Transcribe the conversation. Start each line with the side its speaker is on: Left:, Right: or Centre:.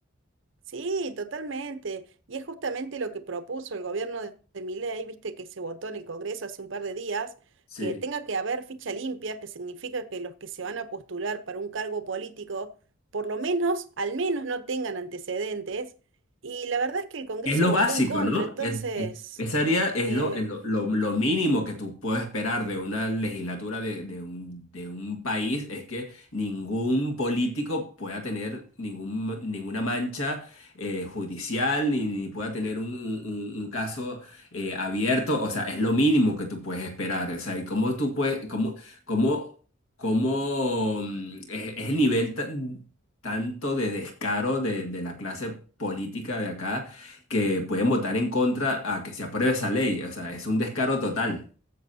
Right: Sí, totalmente. Y es justamente lo que propuso el gobierno de, de Milei, viste que se votó en el Congreso hace un par de días,
Left: Sí.
Right: que tenga que haber ficha limpia, que significa que los que se van a postular para un cargo político, por lo menos, al menos no tengan antecedentes. Y la verdad es que el Congreso
Left: Es lo
Right: votó
Left: básico,
Right: en contra,
Left: ¿no?
Right: entonces,
Left: Es, es- esa área es
Right: eh,
Left: lo, es lo, lo- lo mínimo que tú puedes esperar de una legislatura de, de un, de un país, es que ningún político pueda tener ningún, ninguna mancha eh, judicial ni, ni pueda tener un, un- un- un caso eh, abierto. O sea, es lo mínimo que tú puedes esperar. O sea, ¿y cómo tú puedes, cómo, cómo, cómo mm, es, es el nivel tan- tanto de descaro de de la clase política de acá? que pueden votar en contra a que se apruebe esa ley. O sea, es un descaro total,